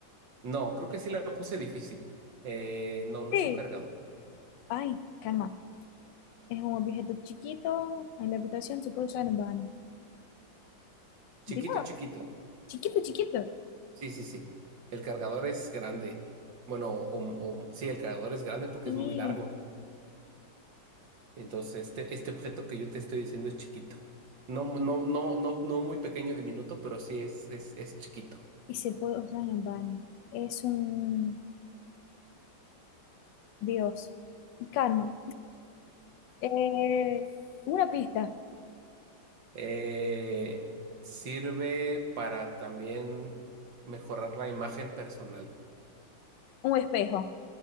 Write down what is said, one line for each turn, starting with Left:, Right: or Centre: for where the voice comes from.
Right: No, creo que sí la puse difícil. Eh, no, no
Left: Sí.
Right: es un cargador.
Left: Ay, calma. Es un objeto chiquito en la habitación, se puede usar en el baño. Dios,
Right: Chiquito, chiquito.
Left: chiquito, chiquito.
Right: Sí, sí, sí. El cargador es grande. Bueno, o, o- sí, el cargador es grande porque
Left: Y,
Right: es muy largo. Entonces, este, este objeto que yo te estoy diciendo es chiquito. No, mu- no, no, no, no muy pequeño diminuto, pero sí es, es, es chiquito.
Left: y se puede usar en baño. Es un Dios. Y calma. Eh, una pista,
Right: Eh, sirve para también mejorar la imagen personal.
Left: un espejo.